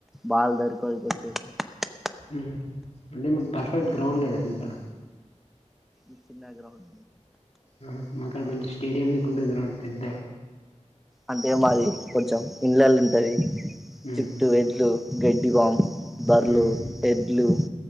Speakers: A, in the centre; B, on the left.
A: బాల్ దొరకదు <unintelligible>
B: ఆ అంటే మీర్ పర్ఫెక్ట్ గ్రౌండ్ లేదాండి ఇక్కడ
A: ఈ చిన్న గ్రామం
B: ఆ మాకు ఆడ మంచి స్టేడియం లేకుండా గ్రౌండ్ పెద్ద
A: అంటె మాది కొంచెం ఇంలలు ఉంటది
B: మ్మ్
A: చుట్టూ
B: హ్మ్
A: ఎద్లు గెడ్డి బామ్ బర్రెలు
B: మ్మ్ హ్మ్
A: ఎడ్లు